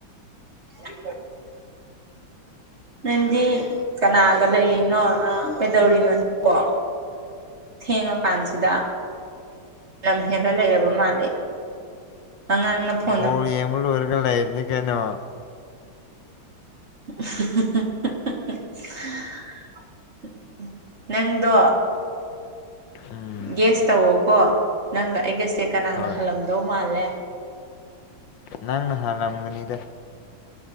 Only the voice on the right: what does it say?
ꯍꯦ ꯅꯪꯗꯤ ꯀꯅꯥꯒ ꯂꯩꯔꯤꯅꯣ ꯅꯪ ꯀꯩꯗꯧꯔꯤꯅꯣ ꯅꯪꯀꯣ ꯊꯦꯡꯉꯀꯥꯟꯁꯤꯗ ꯂꯝ ꯍꯦꯜꯂ ꯂꯩꯔꯕ ꯃꯥꯜꯂꯦ ꯑꯉꯥꯡꯅ ꯐꯣꯟꯗ
<unintelligible> ꯅꯪꯗꯣ
ꯒꯦꯁ ꯇꯧꯋꯣꯀꯣ ꯅꯪꯒ ꯑꯩꯒꯁꯦ ꯀꯅꯥꯅ
ꯍꯜꯂꯝꯗꯧ ꯃꯥꯜꯂꯦ